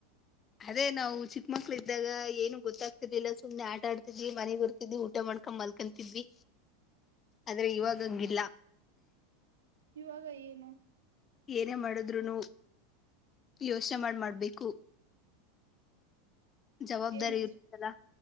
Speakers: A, on the left; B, on the right.
A: ಅದೇ ನಾವು ಚಿಕ್ಕ ಮಕ್ಳ ಇದ್ದಾಗ ಏನು ಗೊತ್ತಾಗ್ತಿರ್ಲಿಲ್ಲ ಸುಮ್ನೆ ಆಟಾ ಆಡ್ತಿದ್ವಿ ಮನೆಗ್ ಬರ್ತಿದ್ವಿ ಊಟ ಮಾಡ್ಕೊಂಡ್ ಮಲ್ಕತಿದ್ವಿ ಆದ್ರೆ ಇವಾಗಂಗಿಲ್ಲ
B: ಇವಾಗ ಏನು
A: ಏನೇ ಮಾಡಿದ್ರುನು ಯೋಚ್ನೆ ಮಾಡ್ ಮಾಡ್ಬೇಕು ಜವಾಬ್ದಾರಿ
B: ಏನ್ ಅ
A: ಇರುತ್ತಲ್ಲ